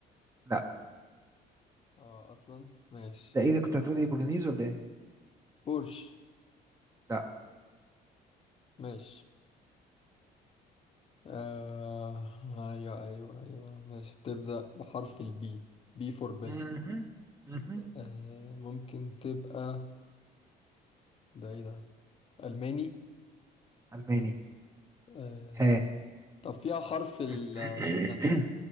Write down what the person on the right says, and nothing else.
لا
ده ايه ده كنت هتقول ايه بولونيز ولا ايه
لا
مهم. مهم.
الماني
ها
<clears throat> <coughs>